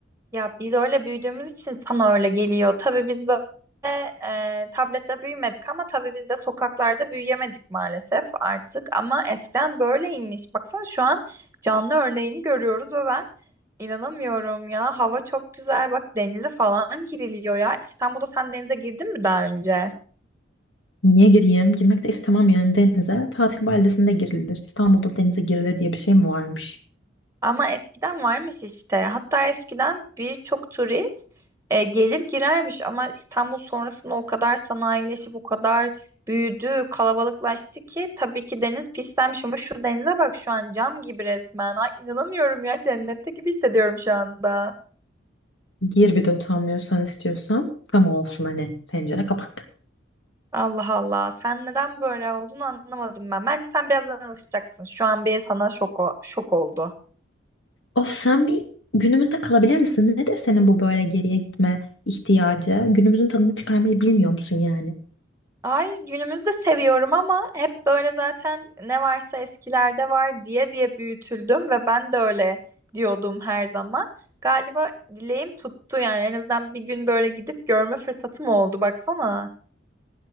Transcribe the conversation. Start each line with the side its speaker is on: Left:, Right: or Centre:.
Right: Ya biz öyle büyüdüğümüz için sana öyle geliyor. Tabii biz böyle e, tablette büyümedik ama tabii biz de sokaklarda büyüyemedik maalesef artık. Ama eskiden böyleymiş. Baksana şu an canlı örneğini görüyoruz ve ben inanamıyorum ya. Hava çok güzel. Bak denize falan giriliyor ya. İstanbul'da sen denize girdin mi daha önce?
Left: Niye gireyim? Girmek de istemem yani denize. Tatil beldesinde girilir. İstanbul'da denize girilir diye bir şey mi varmış?
Right: Ama eskiden varmış işte. Hatta eskiden birçok turist e, gelir girermiş ama İstanbul sonrasında o kadar sanayileşip o kadar büyüdü, kalabalıklaştı ki tabii ki deniz pislenmiş ama şu denize bak şu an cam gibi resmen. Ay, inanamıyorum ya cennette gibi hissediyorum şu anda.
Left: Gir bir de utanmıyorsan istiyorsan. Tam olsun hani tencere kapak.
Right: Allah Allah. Sen neden böyle olduğunu anlamadım ben. Bence sen birazdan alışacaksın. Şu an bir sana şok, o- şok oldu.
Left: Of sen bir günümüzde kalabilir misin? Nedir senin bu böyle geriye gitme ihtiyacı? Günümüzün tadını çıkarmayı bilmiyor musun yani?
Right: Hayır, günümüzde seviyorum ama hep böyle zaten ne varsa eskilerde var diye diye büyütüldüm ve ben de öyle diyordum her zaman. Galiba dileğim tuttu yani en azından bir gün böyle gidip görme fırsatım oldu baksana.